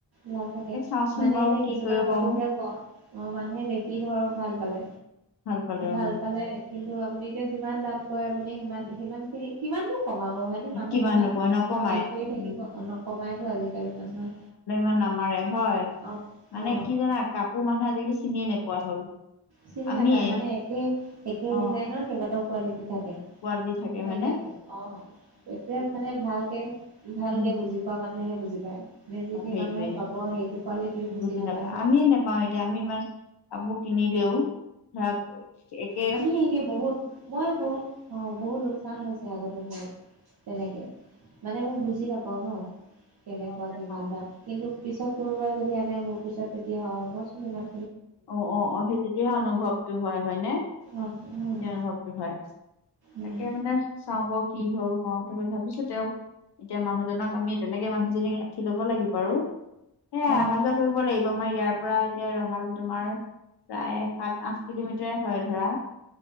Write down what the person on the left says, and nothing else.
সেই চাওঁচোন
বাৰু
কি
কৰিব
পাৰো
পালে
অ
কিমাননো
কয় নকমাই
উম
নামাৰে হয়
মানে
কি জাননা কাপোৰ মানুহে আজিকালি চিনিয়ে নোপোৱা হ'ল।
আমিয়ে
অ
কোৱালিটি থাকে
হয়নে
উম
সেইটোৱে
বুজি নাপায়
আমিয়ে নাপাওঁ এতিয়া আমি ইমান, আপু কিনিলেও আপ এক
অ নেপাওঁ
অ' অ' অ' সেই তেতিয়াহে অনুভৱটো হয় হয়নে
এয়া অনুভৱটো হয়
তাকে মানে চাওঁ ব কি হব পাও ভাবিছো তেওঁ, এতিয়া মানুহজনক আমি তেনেকে মানুহজনীক ৰাখি লব লাগিব আৰু এ
অহা যোৱা কৰিব লাগিব আমাৰ ইয়াৰ পৰা এতিয়া ৰহালৈ তোমাৰ প্ৰায় সাত আঠ কিলোমিটাৰে হয় ধৰা